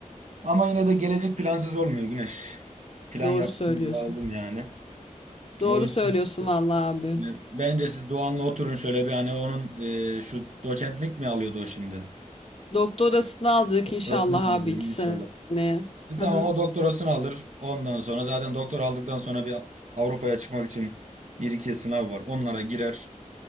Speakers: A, on the right; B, on the left.
A: Ama yine de gelecek plansız olmuyor Güneş. Plan
B: Doğru
A: yapmamız
B: söylüyorsun.
A: lazım yani.
B: Doğru
A: O yüzden
B: söylüyorsun vallahi abi.
A: e, bence siz Doğan'la oturun şöyle bir hani onun e, şu doçentlik mi alıyordu o şimdi?
B: Doktorasını alacak
A: Doktorasını
B: inşallah
A: mı
B: abi
A: alıyor
B: 2
A: inşallah.
B: seneye.
A: E,
B: Hı
A: tamam
B: hı.
A: o doktorasını alır. Ondan sonra zaten doktor aldıktan sonra bir Avrupa'ya çıkmak için bir iki sınav var. Onlara girer.